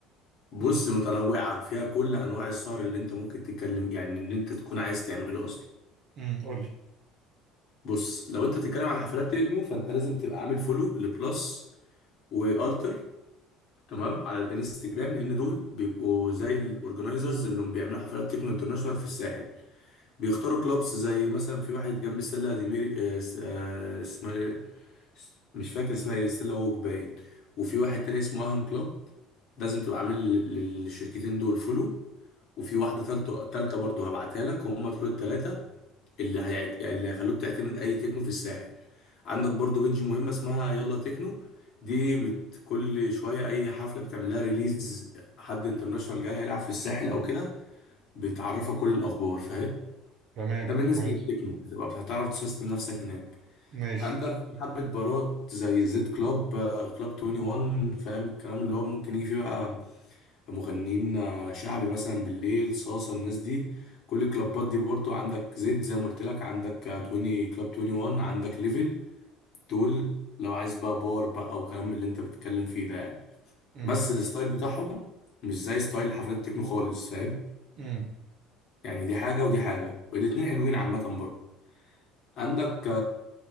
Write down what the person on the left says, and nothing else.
بص
متنوعه فيها كل انواع السهر اللي انت ممكن تتكلم يعني اللي انت تكون عايز تعمله اصلا
بص لو انت تتكلم على حفلات تكنو فانت لازم تبقى عامل فولو لبلس والتر تمام على الانستجرام لان دول بيبقوا زي الاورجنايزرز اللي هم بيعملوا حفلات تكنو انترناشونال في الساحل بيختاروا كلابس زي مثلا في واحد جنب السله دي ميري آه، س- آه، اسمها إيه؟ مش فاكر اسمها ايه ستيلا ووك باين وفي واحد تاني اسمه اهم كلوب لازم تبقى عامل لل- للشركتين دول فولو وفي واحدة تالتة تالتة برضه هبعتها لك هم دول التلاتة اللي هيعت... اللي هيخلوك تعتمد أي تكنو في الساحل عندك برضه بيدج مهمة اسمها يلا تكنو دي بت... كل شوية أي حفلة بتعمل لها ريليز حد انترناشونال جاي هيلعب في الساحل أو كده بتعرفك كل الأخبار فاهم
ده بالنسبة
للتكنو بتبقى هتعرف تسيستم نفسك هناك
عندك حبة بارات زي زد كلاب آه، كلاب 21 فاهم الكلام اللي هو ممكن يجي فيه بقى مغنيين آه، شعبي مثلا بالليل صاصة الناس دي كل الكلابات دي برضو عندك زد زي ما قلت لك عندك آه، 20 كلاب 21 عندك ليفل دول لو عايز بقى بار بقى وكلام اللي انت بتتكلم فيه ده يعني
بس الستايل بتاعهم مش زي ستايل حفلات التكنو خالص فاهم
يعني دي حاجة ودي حاجة والاتنين حلوين عامة برضو عندك